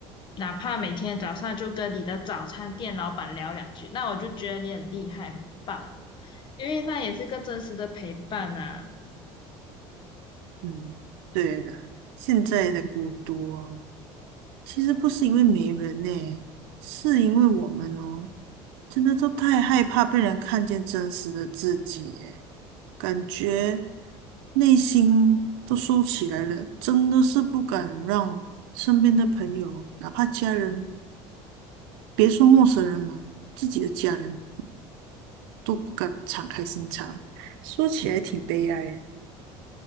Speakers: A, on the left; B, on the right.
A: 哪怕每天早上就跟你的早餐店老板聊两句，那我就觉得你很厉害，很棒，因为那也是个真实的陪伴啊。
B: 嗯，对的，现在的孤独哦其实不是因为没人呢、是因为我们哦，真的都太害怕被人看见真实的自己耶感觉内心都收起来了，真的是不敢让身边的朋友，哪怕家人，别说陌生人了，自己的家人都不敢敞开心肠。说起来挺悲哀耶、欸